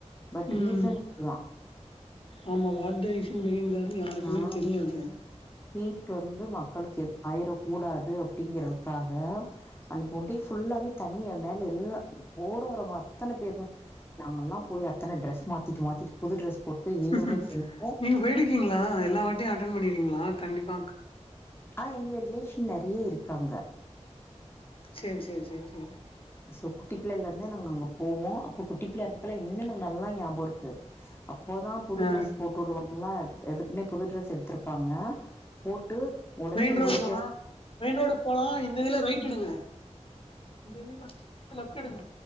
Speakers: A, on the left (about 20°); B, on the left (about 50°).
A: பட்
B: ம்.
A: ரீசன் இதுதா
B: ஆமா வாட் த ரீசுன் பிஹைண்ட் தேர்னு யாருக்குமே
A: ம்
B: தெரியாது
A: ஹீட் வந்து மக்களுக்கு எது ஆயிர கூடாது அப்படிங்கிறதுக்காக அன்னைக்கு ஒண்டே ஃபுல்லாவே தண்ணிய என் மேலே எல்லா போர வர்ரவங்க அத்தன பேருமே நாங்கெல்லா போய் அத்தன ட்ரெஸ் மாத்திட்டு மாத்திட்டு புது ட்ரெஸ் போட்டு போய் வேணும்னே
B: ம்ஹும்
A: போய் நிப்போ
B: நீங்க போயிருக்கீங்ளா எல்லா வாட்டியு அட்டன் பண்ணிருக்கீங்ளா கண்டிப்பா
A: ஆ எங்க ரிலேஷன் நெறயா இருக்காங்க
B: சேரி சேரி சேரி சேரி
A: சோ குட்டி பிள்ளைல இருந்தே நாங்க அங்க போவோ அப்போ குட்டி பிள்ளையா இருக்கறப்பலா இன்னு எனக்கு நல்லா ஞாபகருக்கு அப்போதா புது
B: ஆ
A: ட்ரெஸ் போட்டு வுடுவாங்கல்லா எதுக்குனே புது ட்ரெஸ் எடுத்திருப்பாங்க போட்டு ஒடனே
B: மெயின் ரோடு
A: ஓடி
B: போனா
A: போய்
B: மெயின் ரோடுகு போலா இந்த இதுல ரைட் எடுங்க இந்த இதுல லெஃப்டெடுங்க